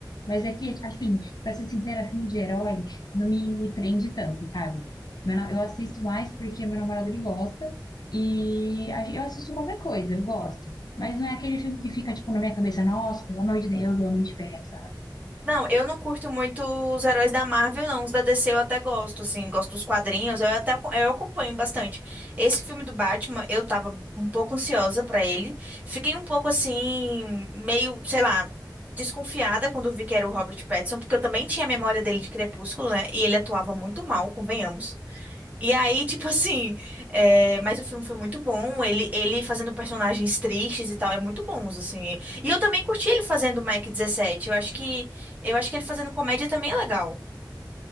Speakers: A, on the left; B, on the right.
A: Mas é que, assim, pra ser sincera, filme de herói não me prende tanto, sabe? Meu na- Eu assisto mais porque meu namorado ele gosta e a gen- eu assisto qualquer coisa, eu gosto. Mas não é aquele filme que fica, tipo, na minha cabeça, nossa, pelo amor de Deus, o Homem de Ferro, sabe?
B: Não, eu não curto muito os heróis da Marvel, não. Os da DC eu até gosto, assim, gosto dos quadrinhos, eu até aco- eu acompanho bastante. Esse filme do Batman, eu tava um pouco ansiosa pra ele. Fiquei um pouco assim, meio, sei lá, desconfiada quando vi que era o Robert Pattinson, porque eu também tinha a memória dele de Crepúsculo, né? E ele atuava muito mal, convenhamos. E aí, tipo assim, é, mas o filme foi muito bom. Ele, ele fazendo personagens tristes e tal, é muito bons assim. E eu também curti ele fazendo o Mike dezessete Eu acho que, eu acho que ele fazendo comédia também é legal.